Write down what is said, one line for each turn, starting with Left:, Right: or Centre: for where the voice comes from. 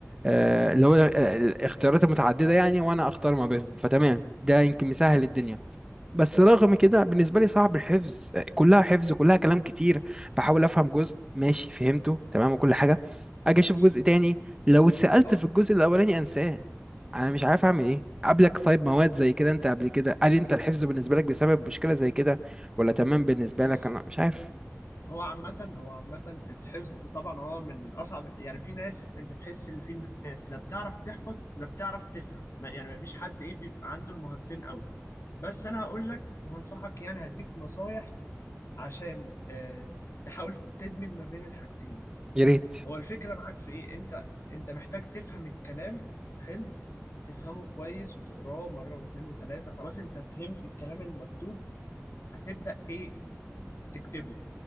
Right: آه، اللي هو ال- آه، الاختيارات المتعدده يعني وانا اختار ما بينهم فتمام ده يمكن مسهل الدنيا بس رغم كده بالنسبة لي صعب الحفظ كلها حفظ كلها كلام كتير بحاول أفهم جزء ماشي فهمته تمام وكل حاجة أجي أشوف جزء تاني لو اتسألت
Left: اه
Right: في الجزء الأولاني أنساه أنا مش عارف أعمل إيه قبلك طيب مواد زي كده أنت قبل كده هل أنت الحفظ بالنسبة لك بسبب مشكلة زي كده ولا تمام بالنسبة
Left: بص
Right: لك أنا مش عارف
Left: هو عامة هو عامة الحفظ طبعا هو من أصعب ال- يعني في ناس أنت تحس إن في ناس لا بتعرف تحفظ لا بتعرف تفهم ما يعني ما فيش حد إيه بيبقى عنده المهارتين أوي بس أنا هقول لك وهنصحك يعني هديك نصايح عشان آه تحاول تدمج ما بين الحاجتين
Right: يا ريت
Left: هو الفكرة معاك في إيه أنت أنت محتاج تفهم الكلام حلو تفهمه كويس وتقراه مرة واتنين وتلاتة خلاص أنت فهمت الكلام المكتوب هتبدأ إيه تكتبه